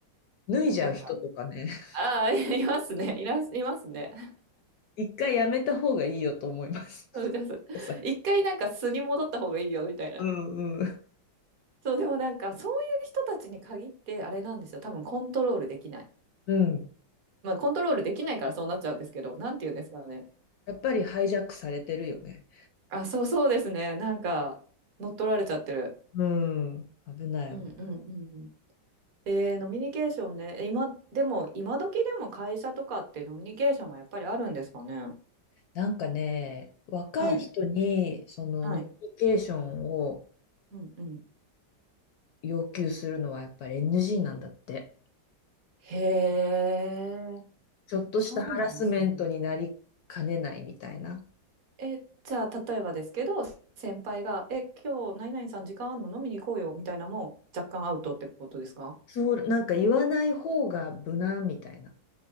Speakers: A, on the left (about 70°); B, on the right (about 55°).
A: 脱いじゃう人とかね。
B: なんか、
A: <laughs>
B: ああ、<laughs> いいますね。いらす、いますね。
A: 一回やめた方がいいよと思います。
B: <laughs> そうです。
A: <laughs> お酒。
B: 一回なんか素に戻った方がいいよ、みたいな。
A: うんうん。
B: そう、でもなんか、そういう人たちに限って、あれなんですよ。多分コントロールできない。
A: うん。
B: まあ、コントロールできないからそうなっちゃうんですけど、なんて言うんですかね。
A: やっぱりハイジャックされてるよね。
B: あ、そうそうですね。なんか、乗っ取られちゃってる。
A: うん。危ない危ない。
B: うんうんうん。えー、ノミニケーションね。え今、でも、今時でも会社とかってノミニケーションはやっぱりあるんですかね。
A: なんかね、若い人にそのノミニケーションを
B: はい。はい。うんうん。
A: 要求するのはやっぱり NG なんだって。
B: へえ、
A: ちょっとしたハラスメントになりかねないみたいな。
B: そうなんですね。え、じゃあ、例えばですけど、先輩が、え、今日、何々さん時間あんの飲みに行こうよ、みたいなのも若干アウトってことですか
A: そう、なんか言わない方が無難みたいな。